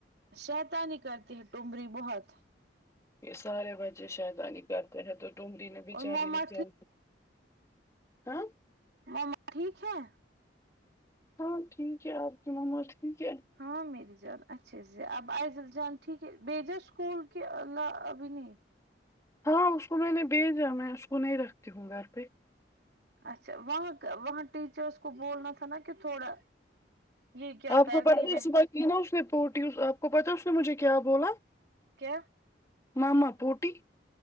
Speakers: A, on the right; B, on the left.
A: شیطانی کرتی ہے ٹمری بہت
B: یہ سارے بچے شیطانی کرتے ہیں تو ٹمری نے بچاری
A: اور موما
B: نے کیا ہاں
A: ماما ٹھیک ہے
B: ہاں ٹھیک ہے آپ کی مما ٹھیک ہے
A: ہاں میری جان اچھے سے اب ائزال جان ٹھیک ہے بھیجا اسکول کے ابھی نہیں
B: ہاں اس کو میں نے بھیجا میں اس کو نہیں رکھتی ہوں گھر پہ
A: اچھا وہاں کا وہاں ٹیچرس کو بولنا تھا نا کہ تھوڑا یہ کیا
B: آپ
A: کرتی
B: کو پتا
A: رہتی
B: ہے صبح کی نا اس نے پوٹی آپ کو پتا ہے اس نے مجھے کیا بولا
A: کیا
B: ماما پوٹی